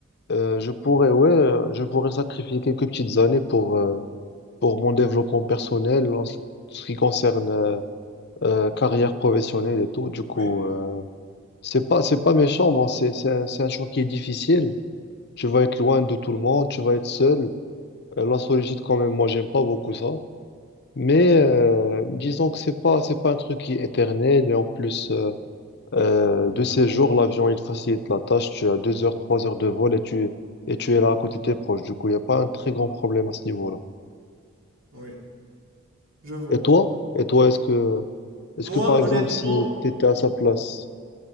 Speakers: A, on the left; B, on the right.
A: euh, je pourrais, ouais, euh, je pourrais sacrifier quelques petites années pour, euh, pour mon développement personnel en ce ce qui concerne euh, euh, carrière professionnelle et tout. Du coup,
B: Oui.
A: euh, c'est pas, c'est pas méchant, bon, c'est, c'est un, c'est un champ qui est difficile. Tu vas être loin de tout le monde, tu vas être seul. Euh, la solitude, quand même, moi, j'aime pas beaucoup ça. Mais euh, disons que c'est pas c'est pas un truc qui est éternel et en plus euh, euh, de ces jours l'avion il facilite la tâche tu as deux heures trois heures de vol et tu et tu es là à côté de tes proches du coup il n'y a pas un très grand problème à ce niveau-là
B: Oui. Je vois.
A: et toi et toi est-ce que est-ce
B: Moi,
A: que par exemple
B: honnêtement,
A: si tu étais à sa place